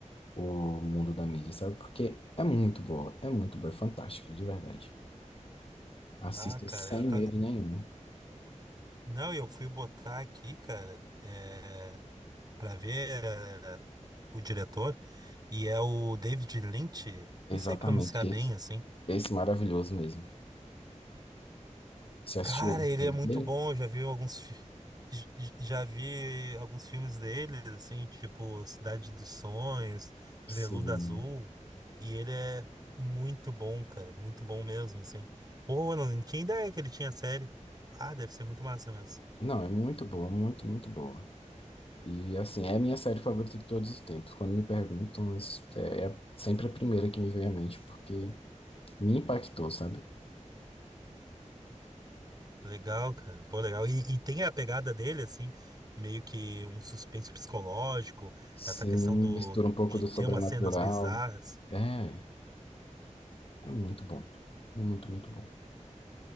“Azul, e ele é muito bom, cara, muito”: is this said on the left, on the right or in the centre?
Right